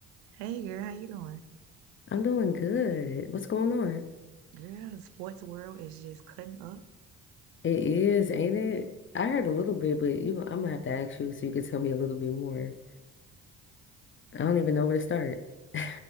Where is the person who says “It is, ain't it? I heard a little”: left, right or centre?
Left